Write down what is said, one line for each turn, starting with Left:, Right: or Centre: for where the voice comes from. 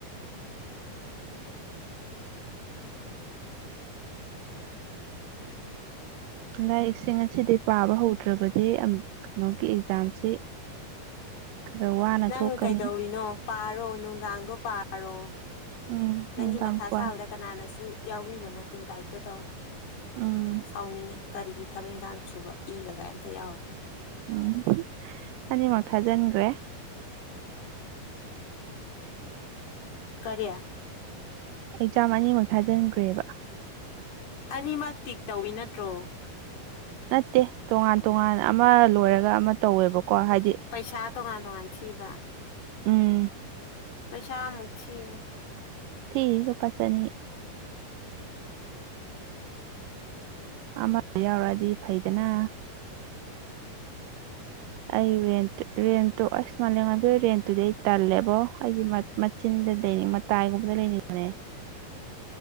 Right: ꯂꯥꯏꯔꯤꯛꯁꯤꯡ ꯑꯁꯤꯗꯤ ꯄꯥꯕ ꯍꯧꯗ꯭ꯔꯕꯗꯤ ꯀꯩꯅꯣꯒꯤ ꯑꯦꯛꯖꯥꯝꯁꯤ ꯈꯔ ꯋꯥꯅ
Left: ꯅꯪ
Right: ꯊꯣꯛꯀꯅꯤ
Left: ꯀꯩꯗꯧꯔꯤꯅꯣ ꯄꯥꯔꯣ ꯅꯨꯡꯗꯥꯡꯗꯣ ꯄꯥꯔꯣ
Right: ꯎꯝ
Left: ꯅꯪꯒꯤ
Right: ꯅꯨꯡꯗꯥꯡ
Left: ꯃꯊꯥ
Right: ꯋꯥꯏ
Left: ꯁꯥꯕꯗ ꯀꯅꯥꯅꯁꯨ ꯌꯥꯎꯕꯤꯕ ꯅꯠꯇꯦ ꯂꯥꯏꯔꯤꯛꯇꯣ ꯇꯧ
Right: ꯎꯝ
Left: ꯁꯥꯎꯅꯤꯡꯉꯦ ꯀꯔꯤꯒꯤ ꯊꯕꯛ ꯏꯪꯈꯥꯡ ꯁꯨꯕ ꯏꯒ ꯀꯩꯝꯇ ꯌꯥꯎꯔ
Right: ꯎꯝ ꯍꯅꯤꯃꯛ ꯊꯥꯖꯟꯈ꯭ꯔꯦ
Left: ꯀꯔꯤ
Right: ꯑꯦꯛꯖꯥꯝ ꯑꯅꯤꯃꯨꯛ ꯊꯥꯖꯤꯟꯈ꯭ꯔꯦꯕ
Left: ꯑꯅꯤꯃꯛ ꯇꯤꯛ ꯇꯧꯋꯤ ꯅꯠꯇ꯭ꯔꯣ
Right: ꯅꯠꯇꯦ ꯇꯣꯉꯥꯟ ꯇꯣꯉꯥꯟ ꯑꯃ ꯂꯣꯏꯔꯒ ꯑꯃ ꯇꯧꯋꯦꯕꯀꯣ ꯍꯥꯏꯗꯤ
Left: ꯄꯩꯁꯥ ꯇ ꯀꯥꯟꯗ ꯀꯥꯟ ꯊꯕ
Right: ꯎꯝ
Left: ꯄꯩꯁꯥꯝ ꯎꯊꯤ
Right: ꯊꯒꯄꯥ ꯆꯅꯤ ꯑꯃꯗ ꯌꯥꯎꯔꯛꯑꯗꯤ ꯐꯩꯗꯅ ꯎ ꯑꯩ ꯔꯦꯟꯨ ꯔꯦꯟꯇꯨ ꯑꯁ ꯃꯥꯂꯦꯝ ꯉꯕꯤꯣ ꯔꯦꯟꯇꯨꯗꯤ ꯑꯩ ꯇꯜꯂꯦꯕꯣ ꯑꯩꯗꯤ ꯃꯆꯤꯟ ꯂꯩꯔꯤ ꯃꯇꯥꯏꯒꯨꯝꯕꯗ ꯂꯩꯔꯤ ꯃꯅꯦ